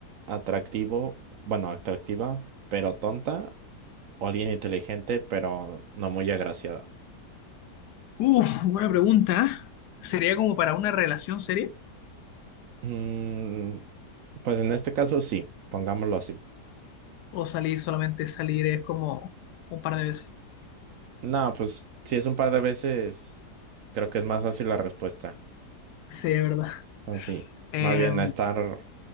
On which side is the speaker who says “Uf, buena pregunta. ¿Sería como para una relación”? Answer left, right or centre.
Left